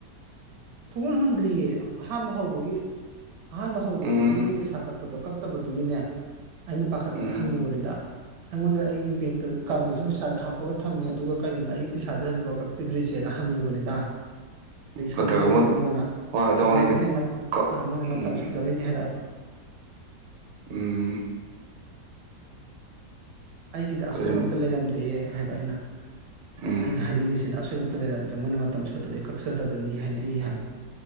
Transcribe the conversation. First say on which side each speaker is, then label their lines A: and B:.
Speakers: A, on the right; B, on the right.
A: ꯁꯨꯍꯨꯟ ꯍꯨꯟꯗ꯭ꯔꯤꯌꯦ ꯑꯍꯥꯝꯕ ꯍꯧꯕꯒꯤ ꯑꯍꯥꯟꯕ ꯍꯧꯕꯗꯨꯒꯤ
B: ꯎꯝ
A: ꯃꯣꯏ ꯄꯩꯁꯥ ꯀꯛꯄꯗꯣ ꯀꯛ ꯇꯕꯗꯨꯒꯤꯅꯦ ꯑꯩꯅ ꯄꯥꯈꯠꯇꯅ
B: ꯎꯝ
A: ꯍꯪꯉꯨꯕꯅꯤꯗ ꯑꯩꯉꯣꯟꯗ ꯑꯩꯒꯤ ꯕꯦꯡꯇ ꯑꯦꯀꯥꯎꯟꯗꯖꯨ ꯄꯩꯁꯥꯖ‌ꯦ ꯍꯥꯞꯄꯒ ꯊꯝꯃꯦ ꯑꯗꯨꯒ ꯀꯩꯒꯤꯅꯣ ꯑꯩꯒꯤ ꯄꯩꯁꯥꯖ‌‌ꯦ ꯍꯧꯖꯤꯛꯕꯧ ꯀꯛ ꯄꯤꯗ꯭ꯔꯤꯁꯦꯅ ꯍꯪꯉꯨꯕꯅꯤꯗ
B: ꯅꯠꯇ꯭ꯔꯒ
A: ꯀꯣꯏꯕ ꯂꯩꯕꯒꯤꯅꯣꯅ
B: ꯃꯣꯏ ꯍꯣꯏ ꯑꯗꯣ
A: ꯑꯗꯨ ꯃꯣꯏꯅ
B: ꯑꯩꯅ
A: ꯑꯦ ꯃꯠ
B: ꯀꯛ
A: ꯑꯥ ꯃ‌ꯣꯏꯅ ꯃꯇꯝ
B: ꯎꯝ
A: ꯁꯨꯗꯕꯩꯅ‌ꯦ ꯍꯥꯏꯔꯛꯑꯕ
B: ꯎꯝ
A: ꯑꯩꯒꯤꯗꯤ ꯑꯁꯣꯏꯕ
B: ꯑꯗꯨꯗꯤ
A: ꯑꯝꯇ ꯂꯩꯔꯝꯗꯤꯌ‌ꯦ ꯍꯥꯏꯕ ꯑꯩꯅ
B: ꯎꯝ
A: ꯑꯩꯅ ꯍꯥꯏꯅꯤꯡ ꯉꯤꯁꯤꯅ ꯑꯁꯣꯏ ꯇ ꯂꯩꯔꯝꯗ꯭ꯔꯦ ꯃꯣꯏꯅ ꯃꯇꯝ ꯁꯨꯗꯕꯩ ꯀꯛꯆꯗꯕꯅꯤ ꯍꯥꯏꯅ ꯑꯩ ꯍꯥꯏꯕ